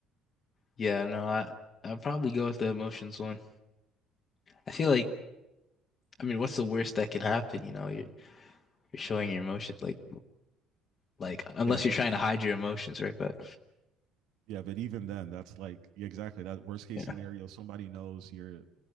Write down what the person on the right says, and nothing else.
Yeah.
Yeah. But even then, that's like, yeah, exactly. That worst case
scenario, somebody knows you're